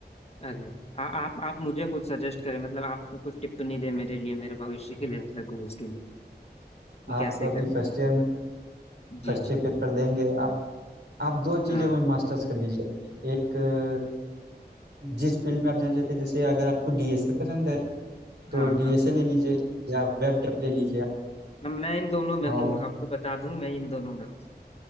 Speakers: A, on the left; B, on the right.
A: अरे आ, आप आप मुझे कुछ सजेस्ट करें मतलब आप कुछ टिप्पणी दें मेरे लिए मेरे भविष्य के लिए मतलब गोल्स के लिए कि
B: आप
A: कैसे
B: अभी
A: करना
B: फर्स्ट
A: है
B: ईयर में
A: जी
B: फर्स्ट
A: जी
B: ईयर पेपर देंगे आप आप दो
A: हाँ
B: चीज़ों में मास्टर्स कर लीजिए एक अ, जिस फील्ड में आप जाना चाहते हैं जैसे अगर आपको डीएसए पसंद है तो
A: हाँ
B: डीएसए
A: हाँ
B: ले लीजिए या वेब डेप ले लीजिए
A: अब मैं इन दोनों में
B: और
A: हूँ आपको बता दूं मैं इन दोनों में हूँ